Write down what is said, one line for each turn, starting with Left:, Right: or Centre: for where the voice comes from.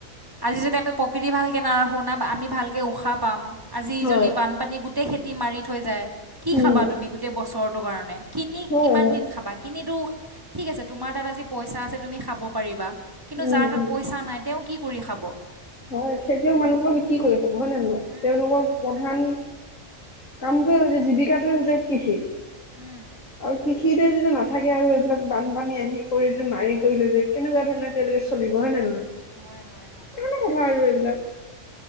Right: আজি যদি আমি প্ৰকৃতি ভালকে নাৰাখোঁ আমি ভালকে উশাহ পাম আজি
Left: হয়
Right: যদি বানপানী গোটেই খেতি মাৰি থৈ যায় কি খাবা
Left: উম
Right: তুমি গোটেই বছৰটোৰ কাৰণে কিনি
Left: হয়
Right: কিমান
Left: হয়
Right: দিন খাবা কিনিটো ঠিক আছে তোমাৰ তাত আজি পইচা আছে তুমি খাব পাৰিবা কিন্তু
Left: উম
Right: যাৰ তাত
Left: উম
Right: পইচা নাই তেওঁ কি কৰি খাব।
Left: হয় খেতিয়ক মানুহ কি কৰি খাব হয় নে নহয়
Right: উম,
Left: তেওঁলোকৰ
Right: কি
Left: প্ৰধান কামটোৱে হৈছে জীৱিকাটোৱে হৈছে কৃষি
Right: উম,
Left: আৰু কৃষি যদি নাথাকে আৰু এইবিলাক বানপানী আহি কৰি যদি মাৰি কৰি লৈ যায় কেনেকুৱা ধৰণে তেওঁলোকে চলিব হয় নে নহয়। <unintelligible>
Right: হয় হয় হয় ঠিক
Left: কথা
Right: কৈছা
Left: আৰু এইবিলাক